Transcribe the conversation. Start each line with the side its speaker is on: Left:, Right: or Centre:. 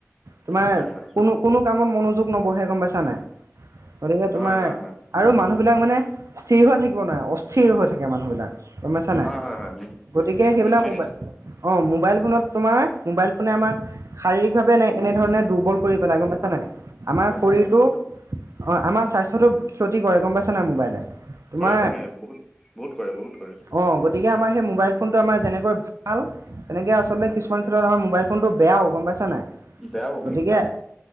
Right: তোমাৰ
Centre: হয় হয়
Right: কোনো কোনো কামত মনোযোগ নবহে গম পাইছা নাই? গতিকে তোমাৰ
Centre: হয় হয় হয় হয়
Right: আৰু মানুহবিলাক মানে স্থিৰ হৈ থাকিব নোৱাৰে, অস্থিৰ হৈ থাকে মানুহবিলাক। গম পাইছা
Centre: হয়
Right: নাই?
Centre: হয় হয় হয়। নিশ্চ
Right: গতিকে
Centre: নিশ্চ
Right: সেইবিলাক
Centre: নিশ্চয়
Right: মোবাইল,
Centre: নিশ্চয়
Right: অ', মো মোবাইল ফোনত তোমাৰ, মোবাইল ফোনে আমাক শাৰীৰিকভাৱে এনে এনেধৰণে দুৰ্বল কৰি পেলাই গম পাইছ ছা নাই? আমাৰ
Centre: পেলাই
Right: শৰীৰটো,
Centre: হয় নিশ্চয় পেলাই।
Right: অ', আমাৰ স্বাস্থ্যতো ক্ষতি কৰে গম পাইছা নাই মোবাইলে। তোমাৰ,
Centre: কৰে কৰে বহুত বহুত কৰে বহুত কৰে
Right: অ', গতিকে আমাৰ সেই মবাইল ফোনটো আমাৰ যেনেকৈ ভাল তেনেকে আচলতে
Centre: হয়
Right: কিছুমান ক্ষেত্ৰত আমাৰ মোবাইল ফোনটো বেয়াও গম পাইছা নাই?
Centre: বেয়াও হয়
Right: গতিকে
Centre: হয় হয়